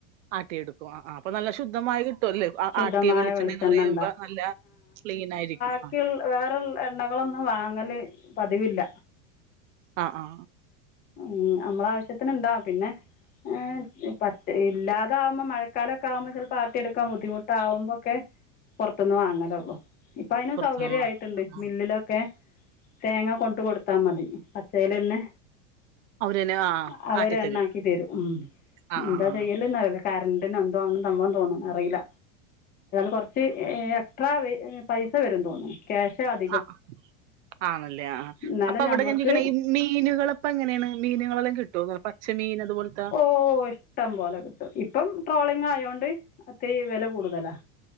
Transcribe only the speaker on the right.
ആട്ടിയെടുക്കു ആ. ആം.. പ്പ നല്ല ശുദ്ധമായി കിട്ടുവല്ലേ.
ആട്ടിയ വെളിച്ചെണ്ണന്ന്
പറയുമ്പ. നല്ല ക്ലീനായിരിക്കും..
ആ ആ..
പുറത്തുന്ന്
വാ ആ ആ
അവരന്നെ ആ ആ,
ആട്ടിത്തരും
ആ
ആ
ആ അ. ആണല്ലേ ആ.
അപ്പവടെ
ഞാൻ ചോയിക്ണ് ഇമ്.. മീനുകളെപ്പങ്ങനെണ് മീനുകളെല്ലാം കിട്ടോ പച്ച മീന് അതുപോൽത്തെ..